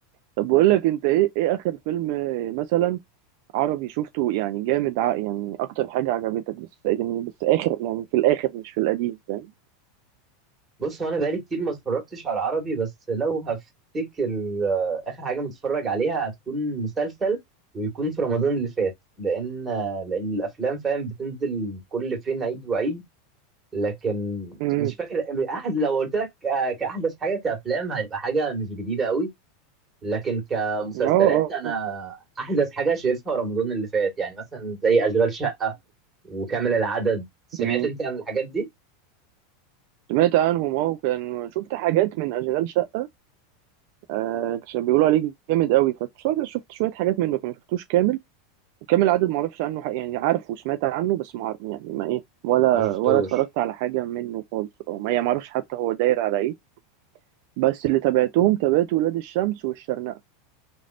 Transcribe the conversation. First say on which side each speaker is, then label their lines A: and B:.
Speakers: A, on the right; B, on the right.
A: طب بقول لك انت ايه ايه اخر فيلم آه، مثلا عربي شفته يعني جامد ع- يعني اكتر حاجة عجبتك بس يعني بس اخر يعني في الاخر مش في القديم فاهم
B: بص هو انا بقالي كتير ما اتفرجتش على العربي بس لو هفتكر آه، اخر حاجه متفرج عليها هتكون مسلسل ويكون في رمضان اللي فات لان آه، لان الافلام فاهم بتنزل كل فين عيد وعيد لكن
A: مم.
B: مش فاكر احد لو قلت لك آه، كاحدث حاجه كافلام هيبقى حاجه مش جديده قوي لكن كمسلسلات
A: اه
B: انا
A: اه
B: احدث حاجه شايفها رمضان اللي فات يعني مثلا زي اشغال شقه وكامل العدد سمعت
A: مم.
B: انت عن الحاجات دي
A: سمعت عنهم اه وكان شفت حاجات من اشغال شقة آه كان بيقولوا عليه جامد قوي فشفت شفت شوية حاجات منه ما شفتوش كامل وكامل العدد ما اعرفش عنه حق يعني عارفه وسمعت عنه بس ما عارف يعني ما ايه ولا
B: ما شفتوش
A: ولا اتفرجت على حاجه منه خالص او ما يعني ما اعرفش حتى هو داير على ايه بس اللي تابعتهم تابعت ولاد الشمس والشرنقه